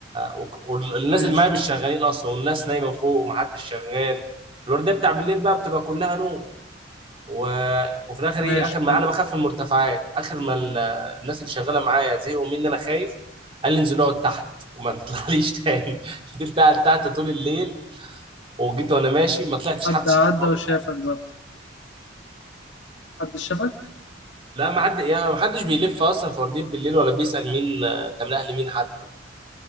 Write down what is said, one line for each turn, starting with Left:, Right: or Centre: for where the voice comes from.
Right: وك- والناس
Left: ماشي
Right: اللي معايا مش شغالين أصلا والناس نايمة فوق ومحدش شغال الوردية بتاع بالليل بقى بتبقى كلها نوم و... وفي الاخر
Left: ماشي
Right: ايه اخر ما
Left: حلو
Right: انا بخاف من المرتفعات اخر ما ال... الناس اللي شغاله معايا زهقوا مني انا خايف قال لي انزل اقعد تحت وما تطلعليش تاني <laughs> فضلت قاعد تحت طول الليل وجيت وانا ماشي ما طلعتش
Left: حد
Right: حتى
Left: عدى
Right: شفت بعض
Left: وشافك
Right: حاجه
Left: بقى حد شافك
Right: لا ما حد يعني ما حدش بيلف اصلا في ورديه بالليل ولا بيسال مين آه، انت من اهل مين حتى